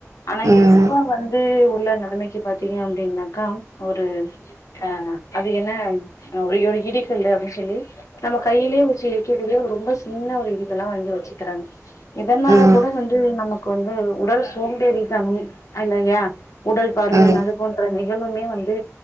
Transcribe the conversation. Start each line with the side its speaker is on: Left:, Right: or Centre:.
Left: ஆனா
Right: ம் ம்
Left: இப்ப வந்து உள்ள நெலமைக்கு பாத்தீங்க அப்டின்னாக்கா ஒரு ஆஹ் அது என்ன அ ஒரு ஒரு இடிகல்லு அப்டின் சொல்லி நம்ம கைலே வெச்சு இடிக்கக்கூடிய ரொம்ப சின்ன ஒரு இடிகல்லா வாங்கி வெச்சுக்கிறாங்க இதனால
Right: ம்
Left: கூட வந்து நமக்கு வந்து உடல் சோம்பேறித்தனம் அல்லயா உடல் பருமன்
Right: ம்
Left: அது போன்ற நிகழ்வுமே வந்து